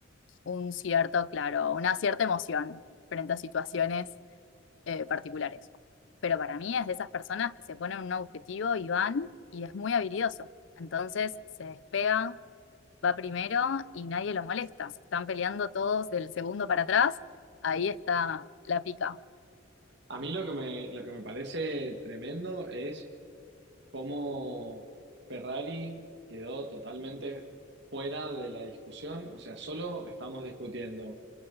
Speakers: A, on the left; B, on the right.
A: un cierto, claro, una cierta emoción frente a situaciones eh, particulares. Pero para mí es de esas personas que se ponen un objetivo y van y es muy habilidoso. Entonces se despega, va primero y nadie lo molesta. Se están peleando todos del segundo para atrás. Ahí está la pica.
B: A mí lo que me, lo que me parece tremendo es cómo Ferrari quedó totalmente fuera de la discusión. O sea, solo estamos discutiendo